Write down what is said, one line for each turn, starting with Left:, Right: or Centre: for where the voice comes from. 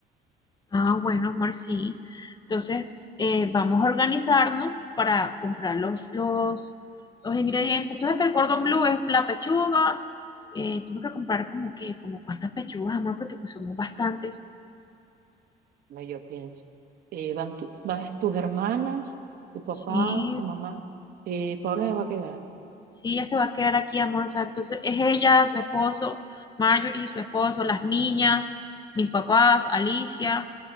Left: Ah, bueno, amor, sí. Entonces, eh, vamos a organizarnos para comprar los, los, los ingredientes. entonces que el cordón blue es la pechuga. eh, tengo que comprar como que, como cuántas pechugas, amor, porque pues somos bastantes.
Right: No, yo pienso. Eh, van tu- vas tus hermanas, tu papá,
Left: Sí,
Right: tu mamá. Eh, Paula se va a quedar.
Left: sí, ella se va a quedar aquí, amor. O sea, entonces es ella, su esposo, Marjorie, su esposo, las niñas, mis papás, Alicia,